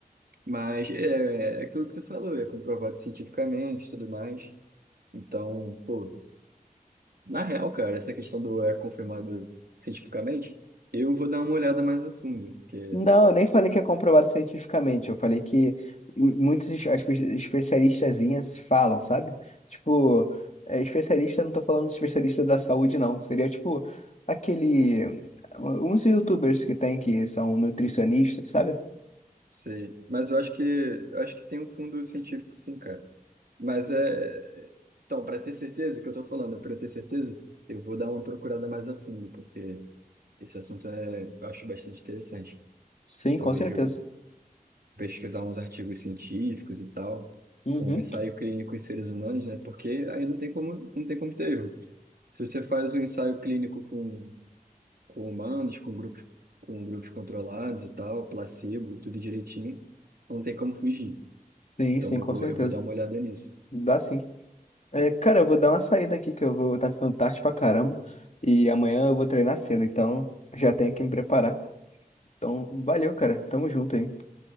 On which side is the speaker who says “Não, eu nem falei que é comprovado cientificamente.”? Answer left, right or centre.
Left